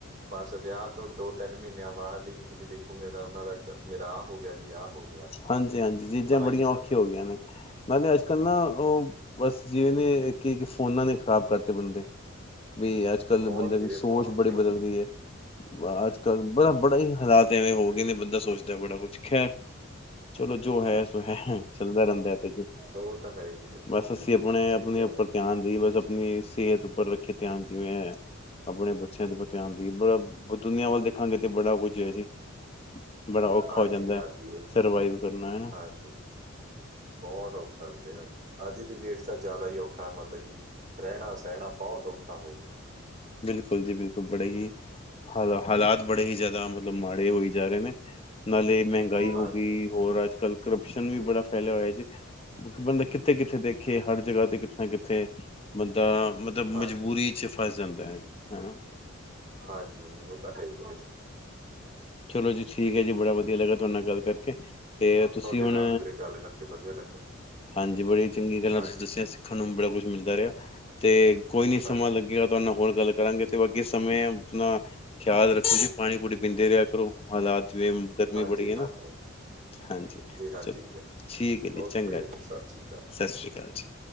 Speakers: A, on the right (about 40°); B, on the left (about 30°).
A: ਬਸ ਵਿਆਹ ਤੋਂ ਦੋ ਤਿੰਨ ਮਹੀਨਿਆਂ ਬਾਅਦ ਹੀ ਤੁਸੀਂ ਦੇਖੋਗੇੇ ਤਾਂ ਉਹਨਾਂ ਦਾ ਇੱਕ ਮੇਰਾ ਆਹ ਹੋ ਗਿਆ ਜੀ ਆਹ ਹੋ ਗਿਆ
B: ਹਾਂਜੀ, ਹਾਂਜੀ ਚੀਜ਼ਾਂ
A: ਪਤਾ
B: ਬੜੀਆਂ
A: ਹੀ ਨਹੀਂ ਚੱਲਦਾ
B: ਔਖੀਆਂ ਹੋ ਗਈਆਂ ਨੇ। ਨਾਲੇ ਅੱਜ ਕੱਲ੍ਹ ਨਾ ਉਹ ਬਸ ਜਿਵੇਂ ਨੇ ਕੀ ਫੋਨਾਂ ਨੇ ਖ਼ਰਾਬ ਕਰਤੇ ਬੰਦੇ। ਬੀ ਅੱਜ ਕੱਲ੍ਹ
A: ਬਹੁਤ
B: ਬੰਦੇ
A: ਵੀਰੇ
B: ਦੀ ਸੋਚ
A: ਬਹੁਤ
B: ਬੜੀ
A: ਜ਼ਿਆਦਾ
B: ਬਦਲ ਗਈ ਹੈ। ਅੱਜ ਕੱਲ ਬੜਾ ਬੜੇ ਹੀ ਹਾਲਾਤ ਐਵੇਂ ਹੋ ਗਏ ਨੇ ਬੰਦਾ ਸੋਚਦਾ ਬੜਾ ਕੁੱਛ ਖੈਰ ਚਲੋ ਜੋ ਹੈ ਸੋ ਹੈ ਚੱਲਦਾ ਰਹਿੰਦਾ ਇਹ ਤੇ ਜੀ
A: ਉਹ ਤਾਂ ਹੈ ਹੀ ਵੀਰੇ
B: ਬਸ
A: ਹਾਂ
B: ਅਸੀਂ ਆਪਣੇ
A: ਸਹੀ
B: ਆਪਣੇ
A: ਕਹਿ
B: ਉੱਪਰ
A: ਰਹੇ ਹੋ।
B: ਧਿਆਨ ਦੇਈ ਬਸ ਆਪਣੀ ਸਿਹਤ ਉੱਪਰ ਰੱਖੀਏ ਧਿਆਨ ਜਿਵੇਂ ਆਪਣੇ ਬੱਚਿਆਂ ਤੇ ਬਚਾਉਣ ਦੀ ਬੜੀ ਦੁਨੀਆਂ ਵੱਲ ਦੇਖਾਂਗੇ ਤੇ ਬੜਾ ਕੁੱਝ ਹੈ ਜੀ। ਬੜਾ ਔਖਾ
A: ਹਾਂਜੀ
B: ਹੋ ਜਾਂਦਾ
A: ਹਾਂਜੀ
B: ਹੈ ਸਰਵਾਈਵ ਕਰਨਾ ਹੈ ਨਾ।
A: ਹਾਂਜੀ ਬਹੁਤ ਔਖਾ ਹੁੰਦਾ ਹੈ ਅੱਜ ਦੀ ਡੇਟ ਚ ਜ਼ਿਆਦਾ ਹੀ ਔਖਾ ਮਤਲਬ ਕੀ ਰਹਿਣਾ ਸਹਿਣਾ ਬਹੁਤ ਔਖਾ ਹੋ ਗਿਆ।
B: ਬਿਲਕੁੱਲ ਜੀ ਬਿਲਕੁੱਲ ਬੜੇ ਹੀ ਹਾਲਾਤ ਹਾਲਾਤ ਬੜੇ ਹੀ ਜ਼ਿਆਦਾ ਮਤਲਬ ਮਾੜੇ ਹੋਈ ਜਾ ਰਹੇ ਨੇ ਨਾਲੇ ਮਹਿੰਗਾਈ ਹੋ
A: ਹਾਂਜੀ
B: ਗਈ ਹੋਰ ਅੱਜ ਕੱਲ੍ਹ ਕਰਪਸ਼ਨ ਵੀ ਬੜਾ ਫੈਲਿਆ ਹੋਇਆ ਜੀ ਬੰਦਾ ਕਿੱਥੇ ਕਿੱਥੇ ਦੇਖੇ ਹਰ ਜਗ੍ਹਾ ਤੇ ਕਿੱਥੇ ਨਾ ਕਿੱਥੇ ਬੰਦਾ ਮਤਲਬ
A: ਹਾਂਜੀ
B: ਮਜ਼ਬੂਰੀ ਚ ਫਸ ਜਾਂਦਾਂ ਹੈ ਨਾ
A: ਹਾਂਜੀ ਉਹ ਤਾਂ ਹੈ ਈ ਆ ਜੀ।
B: ਚਲੋ ਜੀ ਠੀਕ ਹੈ ਜੀ, ਬੜਾ ਵਧੀਆ ਲੱਗਾ ਤੁਹਾਡੇ ਨਾਲ ਗੱਲ ਕਰਕੇ। ਤੇ ਤੁਸੀਂ
A: ਤੁਹਾਡੇ
B: ਹੁਣ
A: ਨਾਲ ਵੀਰੇ ਗੱਲ ਕਰਕੇ ਵਧੀਆ ਲੱਗਿਆ
B: ਹਾਂਜੀ ਬੜੀਆਂ ਚੰਗੀਆਂ ਗੱਲਾਂ
A: ਹਾਂਜੀ
B: ਤੁਸੀਂ ਦੱਸੀਆਂ, ਸਿੱਖਣ ਨੂੰ ਵੀ ਬੜਾ ਕੁੱਛ ਮਿਲਦਾ ਰਿਹਾ। ਤੇ ਕੋਈ ਨੀ ਸਮਾਂ
A: ਹਾਂਜੀ
B: ਲੱਗੇਗਾ ਤੁਹਾਡੇ ਨਾਲ ਹੋਰ ਗੱਲ ਕਰਾਂਗੇ ਤੇ, ਬਾਕੀ ਸਮੇਂ ਆਪਣਾ ਖਿਆਲ ਰੱਖੋ ਜੀ। ਪਾਣੀ- ਪੂਣੀ ਪੀਂਦੇ ਰਿਹਾ ਕਰੋ, ਹਾਲਾਤ ਗਰਮੀਂ
A: ਹਾਂਜੀ
B: ਬੜੀ ਹੈ
A: ਹਾਂਜੀ
B: ਨਾ। ਹਾਂਜੀ
A: ਹਾਂਜੀ
B: ਚਲੋ
A: ਵੀਰੇ
B: ਠੀਕ ਹੈ ਜੀ, ਚੰਗਾ
A: ਓਕੇ ਵੀਰੇ
B: ਜੀ,
A: ਸਤਿ ਸ਼੍ਰੀ ਅਕਾਲ
B: ਸਤਿ ਸ੍ਰੀ ਅਕਾਲ ਜੀ।